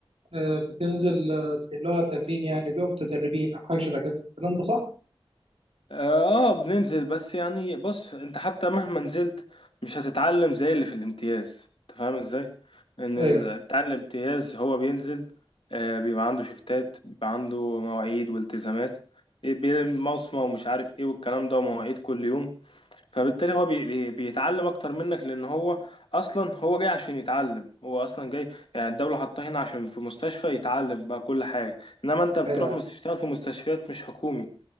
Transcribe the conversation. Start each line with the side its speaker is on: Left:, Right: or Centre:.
Right: آه، بتنزل آه، اللي هو التمرين يعني بيبقوا متدربين او حاجه شبه كده الكلام ده صح؟
Left: آه آه، بننزل بس يعني بص أنت حتى مهما نزلت مش هتتعلم زي اللي في الامتياز أنت فاهم إزاي؟ إن
Right: ايوه
Left: ال- بتاع الامتياز هو بينزل آه بيبقى عنده شفتات بيبقى عنده مواعيد والتزامات بي- بي- مصمة ومش عارف إيه والكلام ده ومواعيد كل يوم فبالتالي هو بي بي بيتعلم اكتر منك لان هو اصلا هو جاي عشان يتعلم هو اصلا جاي يعني الدولة حاطاه هنا عشان في مستشفى يتعلم بقى كل حاجة انما انت بتروح
Right: ايوه ايوه
Left: مست- تشتغل في مستشفيات مش حكومي